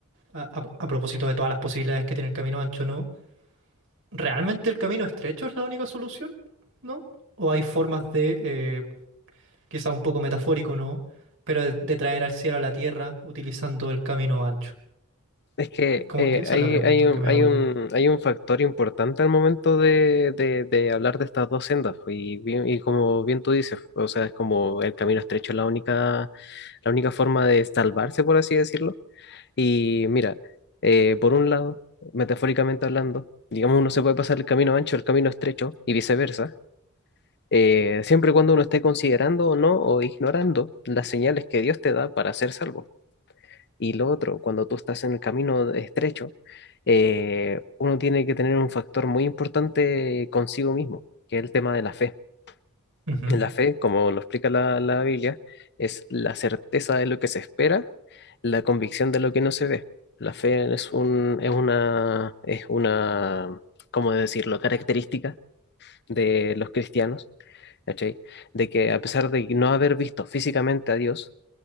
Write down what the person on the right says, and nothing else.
a, a a propósito de todas las posibilidades que tiene el camino ancho, ¿no? ¿Realmente el camino estrecho es la única solución? ¿No? ¿O hay formas de, eh, quizá un poco metafórico, ¿no? Pero de, de traer al cielo a la tierra utilizando el camino ancho.
Eh, Como
que esa
es la pregunta
que me
hago
yo.
Ujú.